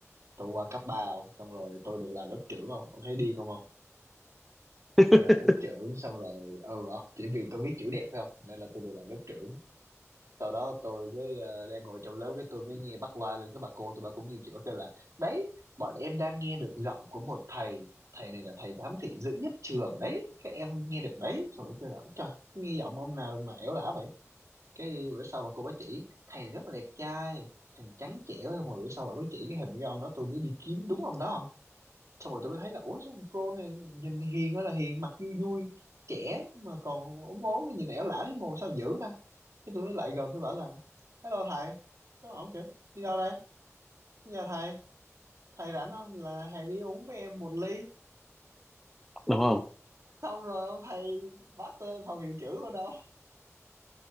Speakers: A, on the right; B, in the centre.
A: tôi qua cấp ba không xong rồi tôi được làm lớp trưởng không ông thấy điên không không
B: <laughs>
A: tôi là lớp trưởng xong rồi ừ không chỉ vì tôi biết chữ đẹp thôi không nên là tôi được làm lớp trưởng sau đó tôi với ờ, đang ngồi trong lớp cái tôi mới nghe bắt loa lên các bà cô tụi bà cũng như chị bà kêu là đấy bọn em đang nghe được giọng của một thầy thầy này là thầy giám thị dữ nhất trường đấy các em nghe được đấy xong rồi kêu là trời nghe giọng ông nào mà ẻo lả vậy cái bữa sau bà cô bà chỉ thầy rất là đẹp trai thầy trắng trẻo mà bữa sau bà mới chỉ cái hình cái ông đó tôi mới đi kiếm đúng ông đó xong rồi tôi mới thấy là ủa sao thằng Pro này nhìn hiền ơi là hiền mặt vui vui trẻ mà còn ốm ốm nhìn ẻo lả thấy mồ sao dữ ta cái tôi mới lại gần tôi bảo là hello thầy nó ổng kiểu đi đâu đây giờ thầy thầy rảnh không là thầy đi uống với em một ly
B: đúng không
A: xong rồi ông thầy bắt tôi lên phòng hiệu trưởng luôn đâu